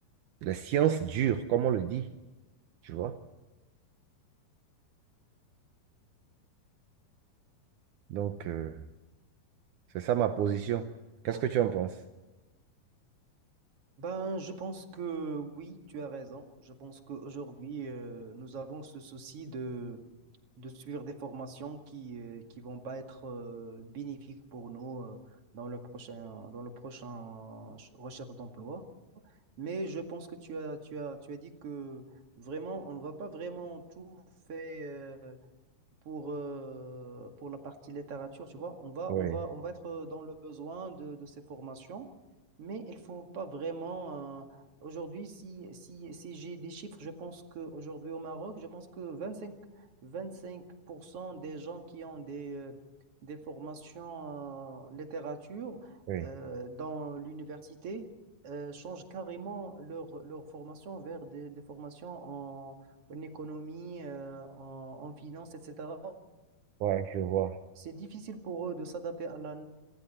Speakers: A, on the right; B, on the right.
A: des sciences dures, comme on le dit, tu vois. Donc, euh, C'est ça ma position. Qu'est-ce que tu en penses?
B: Ben, je pense que oui, tu as raison. Je pense qu'aujourd'hui, euh, nous avons ce souci de, de suivre des formations qui euh, qui vont pas être euh, bénéfiques pour nous euh, dans le prochain dans le prochain ch- recherche d'emploi. Mais je pense que tu as tu as tu as dit que vraiment on va pas vraiment tout faire pour, euh, pour la partie littérature, tu vois, on va,
A: Oui,
B: on va, on va être dans le besoin de, de ces formations, mais il faut pas vraiment. euh, aujourd'hui, si, si, si j'ai des chiffres, je pense qu'aujourd'hui au Maroc, je pense que 25, 25% des gens qui ont des, euh, des formations en littérature
A: oui,
B: euh, dans l'université euh, changent carrément leur, leur formation vers des, des formations en économie, euh, en, en finance, etc.
A: ouais, je vois.
B: C'est difficile pour eux de s'adapter à la,